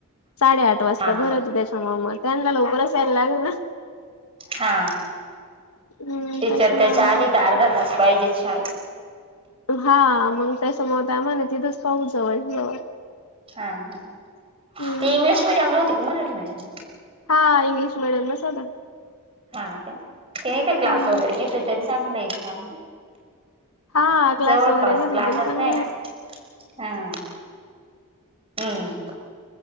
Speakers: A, on the left; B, on the right.
A: साडेआठ वाजता
B: हा
A: घराच त्याच्यामूळ त्यांना लवकरच यायला लागेल ना.
B: हा
A: हम्म
B: टीचर
A: त्याच्यामुळे
B: त्याच्या
A: मग
B: आधी तर अर्धा तास पाहिजेत शाळेत
A: हा मग त्याच्यामुळं ना तिथंच पाहू जवळच्या जवळ
B: हा हा
A: हम्म
B: ती इंग्लिश मिडियम ला होती का मराठी मिडियम ला?
A: हा इंग्लिश मीडियम न साधा
B: हा काय तिनी ते
A: हम्म
B: क्लास वगैरे घेतली तरी चांगलं आहे का
A: हा क्लास
B: जवळपास
A: वगैरे घेतलं
B: क्लासच
A: तरी चांगलं
B: नाही आहे ना हा हुं